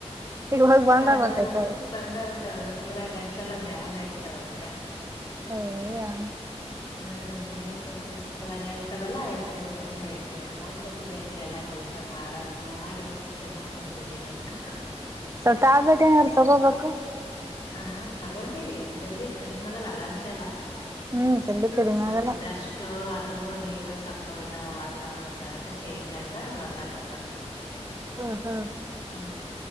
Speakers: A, on the right; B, on the left.
A: ಈಗ ಹೋಗಿ ಬಂದ
B: ಅದು
A: ಗೊತ್ತಾಯ್ತ
B: ಬಂದೇ ಬಿಟ್ಟದದ ಪೂರಾ ಗಂಟ್ಲೆಲ್ಲ ಬ್ಯಾನ್ಗಬಿಟ್ಟದದಕ
A: ಅಯ್ಯಯ್ಯೋ
B: ಹ್ಮ ಹಂಗ ಸವಪ್ಪ ಸುಸ್ತದಂಗ ಆಬಿಟ್ಟದಲ್ಲ ಹಂಗ ಸುಮ್ನೆ ಐತಿ ಹೊಡ್ಕೋಂತ ಕುಂತಿದ್ದ ನ ಎಲ್ಲಾ ಕೆಲ್ಸ ಮಾಡದ್ ಮಾಡಿ ಸುಮ್ನೆ ಕುತ್ಬಟ್ಟಿನ ನ
A: ಸೊಲ್ ಟ್ಯಾಬ್ಲೆಟ್ ಏನಾದಾರರು ತಗೋಬೇಕು
B: ಹ ತಗೊಂಡೀನಿ ಜಲ್ದಿ ಕಡಿಮೆ ಆಗಲ್ಲ ಅಲರ್ಜಿ ಅಲ್ಲಾ
A: ಹ್ಮ್ ಜಲ್ದಿ ಕಡಿಮೆ
B: ಸಪ್ಪುಡ
A: ಆಗಲ್ಲ
B: ಅಷ್ಟು ಅದು ಇದು ನೀರ ಸಪ್ಪ ವಾತಾವರಣ ಕಕ ಚೇಂಜ್ ಆಯ್ತದ್ರ ಬಂದ ಬಿಡ್ತದ
A: ಹಾ ಹಾ
B: ಹ್ಮ